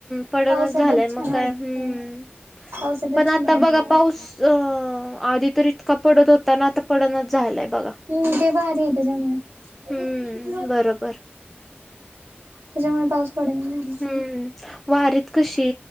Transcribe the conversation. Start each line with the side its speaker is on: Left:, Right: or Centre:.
Centre: पडना
Right: पावसातच
Centre: झालंय मग
Right: छान
Centre: काय
Right: वाटत
Centre: हूं
Right: पावसातच
Centre: पण
Right: छान
Centre: आता
Right: वाटत.
Centre: बघा पाऊस अ आधी तरी इतका पडत होता ना, आता पडनाच झालाय बघा.
Right: हूं ते भारीय त्यांच्यामुळे. <unintelligible>
Centre: हम्म बरोबर
Right: त्याच्यामुळे पाऊस पडेन.
Centre: हूं वारीत कशी